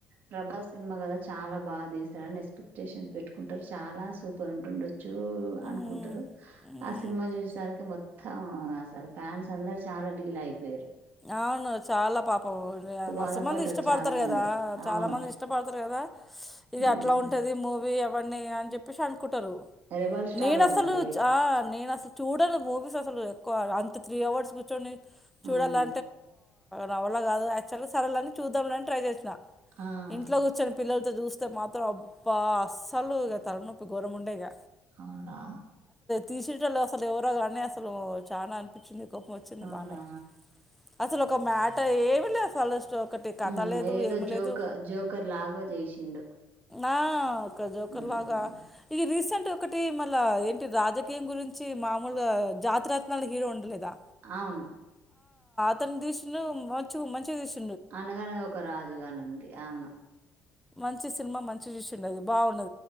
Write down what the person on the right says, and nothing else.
ప్రభాస్ సినిమా కద చాలా బాగా తీస్తడుని ఎక్స్పెక్టేషన్స్ పెట్టుకుంటారు చాలా సూపర్ ఉంటుండో
అనుకుంటారు ఆ సినిమా చూసిసరికి మొత్తం అసలు ఫ్యాన్స్ అందరు చాలా డీల్ అయిపోయారు
బాధపడ్డారు
చాలా మంది
అవును
మ్మ్
రెబల్ స్టార్
కదండి
మ్మ్
ఆ
అవుడా
అవునా
ఉమ్
ఏదో
జోక
జోకర్ లాగా చేసిండు
ఉమ్
అవును
అనగనగా ఒక రాజుగాని ఉంది అవును